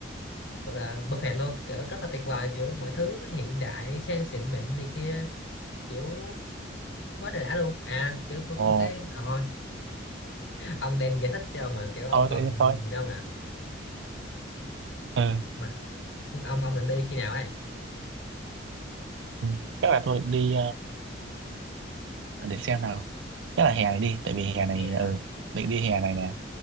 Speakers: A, on the left; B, on the right.
A: gọi là perfect luôn kiểu rất là tuyệt vời kiểu mọi thứ nó hiện đại sang xịn mịn này kia kiểu quá trời đã luôn à kiểu tôi
B: ồ
A: có một cái à, thôi ông đang giải thích cho ông mà kiểu ông
B: thôi
A: còn
B: tự nhiên thôi
A: gì đâu nè
B: ừ.
A: mà ông ông định đi khi nào ấy
B: ừ. chắc là tôi định đi ờ, để xem nào chắc là hè này đi tại vì hè này
A: nè hả
B: ừ định đi hè này nè